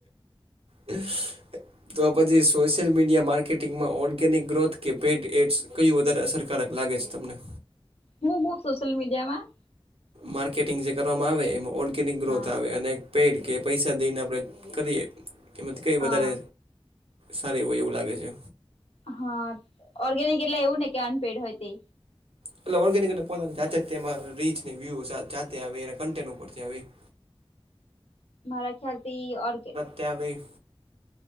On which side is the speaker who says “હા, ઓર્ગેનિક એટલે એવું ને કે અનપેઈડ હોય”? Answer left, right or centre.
Left